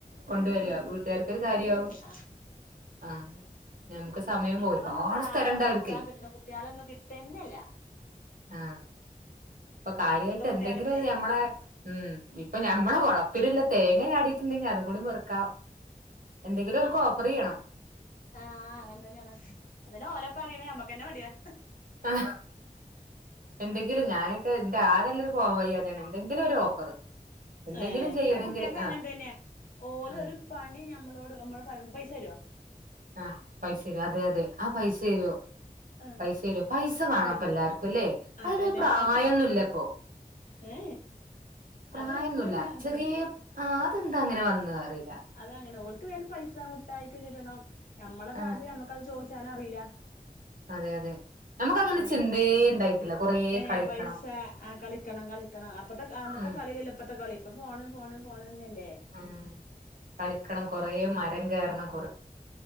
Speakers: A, on the right; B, on the left.
A: കൊണ്ട വരിക വീട്ടുകാർക്കൊരു കാര്യവും
B: ആ
A: ആ നമുക്ക് സമയം പോ
B: ഇപ്പൊന്നും
A: ഒരുപാട്
B: ഇപ്പ
A: സ്ഥലം
B: ആരാ
A: ഇണ്ട
B: പൊറക്കാൻ
A: അവർക്കേ
B: കിട്ടണ കുട്ടികളൊന്നും കിട്ടന്നെല്ല
A: ആ ഇപ്പൊ കാര്യമായിട്ട്
B: ഇപ്പത്തെ കുട്ടികളെന്നേ
A: എന്തെങ്കിലും ഞമ്മളെ ഉം ഇപ്പൊ ഞമ്മടെ വളപ്പില്ല്ലെ തേങ്ങ ചാടിയിട്ടുണ്ടെങ്കി അതും കൂടി പെറുക്കാം. എന്തെങ്കിലും ഓർക്ക് ഓഫർ ചെയ്യണം
B: ആ അങ്ങനെ തന്നെയാണ് അതന്നെ ഓല പറയണേ മ്മക്കെന്നെ മടിയാ
A: ആ എന്തെങ്കിലും ഞാനൊക്കെ എന്റെ ആകെ ഉള്ളൊരു പോം വഴിയായിട്ടാണ് എന്തെങ്കിലും ഒരു ഓഫർ എന്തെങ്കിലും
B: ഏ
A: ചെയ്യണെങ്കിൽ
B: അത് കുട്ട്യാക്ക്‌ അങ്ങനെ
A: ആഹ്
B: തന്നെയ ഓല്
A: ഉം
B: ഒരു പണി നമ്മളോട് നമ്മള് പറ പൈസ തരോ
A: ആഹ് പൈസര് അതെ അതെ ആ പൈസ് <unintelligible>
B: ആ
A: പൈസ വരു പൈസ വേണപ്പ
B: പൈസ
A: എല്ലാർക്കും അല്ലേ
B: ആ
A: അതിനരു
B: എല്ലാർക്കും
A: പ്രായന്നുമല്ലപ്പൊ
B: ഏ
A: പ്രായന്നില്ല
B: അതെല്ലാത്തിനും അങ്ങനെ
A: ചെറിയ
B: തന്നെ
A: ആ അദ് അ അങ്ങനെ വന്നാ അറി
B: അത അങ്ങനെ ഓ വേ പൈസ മുട്ടായിക്ക് കിട്ടണം നമ്മളുടെ
A: ആഹ്
B: ബാതിൽ നമ്മക്ക അത് ചോദിച്ചാ അറിയില്ല
A: അതെ അതെ നമുക്ക് അങ്ങനെ
B: അതാണ്
A: ചിന്തയേ ഉണ്ടായിട്ടില്ല കൊറേ
B: ഏ
A: കളിക്കണം
B: പൈസ ആ കളിക്കണം കളിക്കണം അപ്പത്തെ അന്നത്തെ
A: ഉം
B: കളില്ല ഇപ്പത്തെ കളി ഇപ്പ ഫോണ് ഫോണ് ഫോണന്നല്ലേ
A: ആാാ കളിക്കണം കൊറേ മരം കയറണം കുറച്ച്